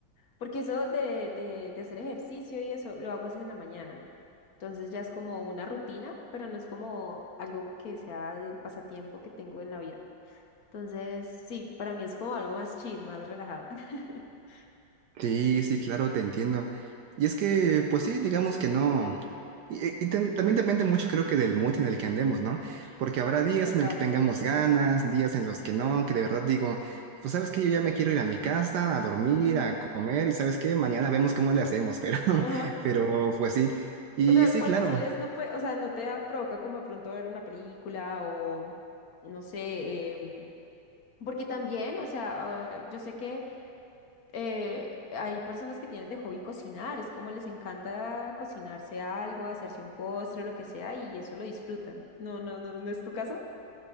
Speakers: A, on the left; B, on the right.
A: Porque eso de, de, de hacer ejercicio y eso lo hago es en la mañana. Entonces ya es como una rutina, pero no es como algo que sea del pasatiempo que tengo en la vida. Entonces, sí, para mí es como algo más chill, más relajado. <laughs>
B: Sí, sí, claro, te entiendo. Y es que, pues sí, digamos que no. Y, eh, y tam- también depende mucho, creo que, del mood en el que andemos, ¿no? Porque habrá días
A: Total.
B: en el que tengamos
A: Ujú,
B: ganas, días en los que no, que de verdad digo, pues sabes que yo ya me quiero ir a mi casa, a dormir,
A: ujú,
B: a comer, y sabes qué, mañana vemos cómo le hacemos, pero, <laughs>
A: ajá.
B: pero pues sí. Y
A: O sea,
B: sí,
A: cuando
B: claro,
A: sales no puede, o sea, no te da- provoca como de pronto ver una película o no sé, em, porque también, o sea, eh, yo sé que eh, hay personas que tienen de hobby cocinar, es como les encanta cocinarse algo, hacerse un postre, lo que sea, y eso lo disfrutan. No, no, no, ¿no es tu caso?